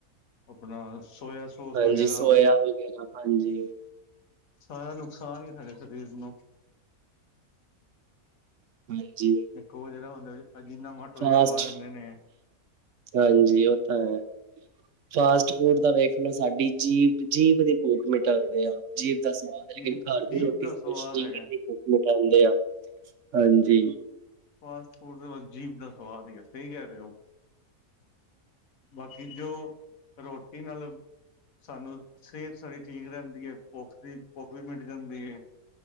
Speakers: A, on the left; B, on the right.
A: ਆਪਣਾ ਸੋਇਆ ਸੋਸ
B: ਹਾਂਜੀ।
A: ਵਗੈਰਾ
B: ਸੋਇਆ ਵਗੈਰਾ ਹਾਂਜੀ।
A: ਸਾਰਾ ਨੁਕਸਾਨ ਹੀ ਸਾਡੇ ਸਰੀਰ ਨੂੰ
B: ਹਾਂਜੀ
A: ਇੱਕ ਉਹ ਜਰਾ ਹੁੰਦਾ ਵਾ, ਅਜੀਨਾ ਮੋਟੋ
B: ਫਾਸਟ
A: ਜਿਹਾ ਪਾਵਾ ਦਿੰਦੇ ਨੇ
B: ਹਾਂਜੀ, ਉਹ ਤਾਂ ਹੈ। ਫਾਸਟ ਫੂਡ ਤਾਂ ਵੇਖ ਲੋਓ, ਸਾਡੀ ਜੀਭ- ਜੀਭ ਦੀ ਭੂਖ ਮਿਟਾ ਦਿੰਦੇ ਆ। ਜੀਭ ਦਾ ਸਵਾਦ ਹੈ।
A: ਜੀ
B: ਲੇਕਿਨ ਘਰ
A: ਜੀਭ
B: ਦੀ ਰੋਟੀ
A: ਦਾ ਸਵਾਦ
B: ਸਰੀਰ
A: ਹੈਗਾ
B: ਦੇਖੋਂ। ਮਿਟਾਉਂਦੇ ਆ ਹਾਂਜੀ।
A: ਫਾਸਟ-ਫੂਡ ਜੀਭ ਦਾ ਸਵਾਦ ਹੀ ਐ। ਸਹੀ ਕਹਿ ਰਹੇ ਓ। ਬਾਕੀ ਜੋ ਰੋਟੀ ਨਾਲ ਸਾਨੂੰ ਸਿਹਤ ਸਾਡੀ ਠੀਕ ਰਹਿੰਦੀ ਹੈ। ਭੁੱਖ ਦੀ ਭੁੱਖ ਵੀ ਮਿਟ ਜਾਂਦੀ ਏ।